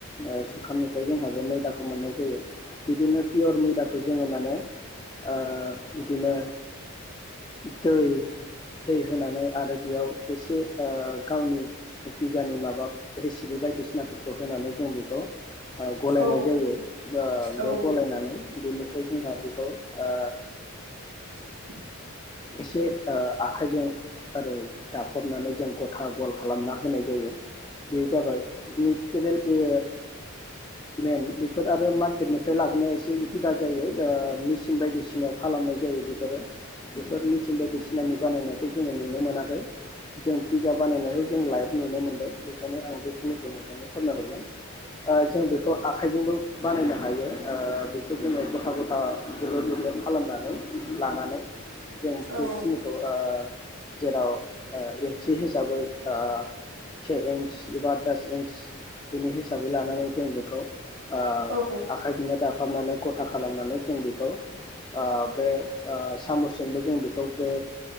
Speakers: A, on the left; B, on the right.
A: ओ जुखामनिफ्राय जोंहा बे मैदाखौ मोननाय जायो बिदिनो पियर मैदाखौ जोङो मानो ओ बिदिनो दै दै होनानै आरो बेयाव एसे ओ गावनि पिजानि माबा रेसिपि बायदिसिनाफोरखौ होनानै जों बेखौ ओ गलायनाय
B: औ
A: जायो बेयाव
B: औ
A: गलायनानै बेनिफ्राय जोंहा बेखौ ओ
B: <inaudible>
A: एसे ओ आखाइजों ओरै दाफबनानै जों गथा गल खालामना होनाय जायो बे जाबाय नेचारेल ए मेन बेफोर आरो मा पकेटनिफ्राय लाबोनाया एसे जुदा जायो ओ मेसिन बायदिसिनाव खालामनाय जायो बेफोरो बेफोर मेचिन बायदिसिनानि बानायनायखौ जोङो नुनो मोनाखै जों पिज्जा बानायनायखौ जों लाइभ नुनो मोनदों बेखायनो आं बेखिनिखौ नोंथांनो फोरमायहरगोन ओ जों बेखौ आखाइजोंबो बानायनो हायो बेखौ जोङो गथा गथा <unintelligible> खालामनानै लानानै जों
B: औ
A: बेखिनिखौ ओ जेराव ओ एन सि हिसाबै आ चे इन्स एबा दस इन्च बिनि हिसाबै लानानै जों बेखौ ओ
B: औ
A: आखाइ दिनो दा हाबनानै गथा खालामनानै जों बेखौ ओ बे सामसजोंबो जों बेखौ बे